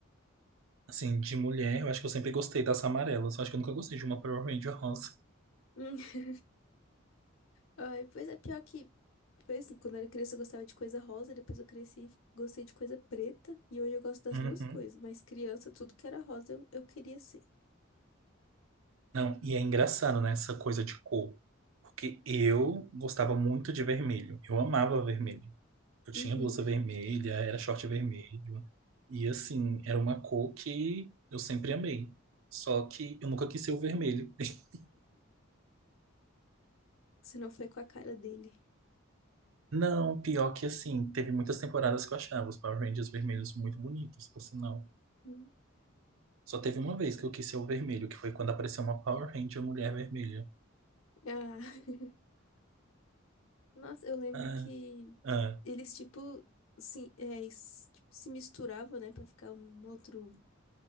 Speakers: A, on the right; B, on the left.
A: Assim, de mulher, eu acho que eu sempre gostei das amarelas. Eu acho que eu nunca gostei de uma Power Ranger rosa.
B: <laughs> Ai, pois é, pior que. Foi assim, quando eu era criança eu gostava de coisa rosa, depois eu cresci e gostei de coisa preta, e hoje eu gosto das
A: Uhum.
B: duas coisas, mas criança, tudo que era rosa eu, eu queria ser.
A: Não, e é engraçado, né, essa coisa de cor. Porque eu gostava muito de vermelho. Eu amava vermelho. Eu tinha
B: Uhum.
A: blusa vermelha, era short vermelho. E assim, era uma cor que eu sempre amei. Só que eu nunca quis ser o vermelho. <laughs>
B: Se não foi com a cara dele.
A: Não, pior que assim, teve muitas temporadas que eu achava os Power Rangers vermelhos muito bonitos, por sinal.
B: Hum.
A: Só teve uma vez que eu quis ser o vermelho, que foi quando apareceu uma Power Ranger mulher vermelha.
B: Ah. <laughs> Nossa, eu lembro
A: Ah,
B: que
A: ah.
B: eles, tipo, se, é, s- tipo, se misturavam, né, pra ficar um outro,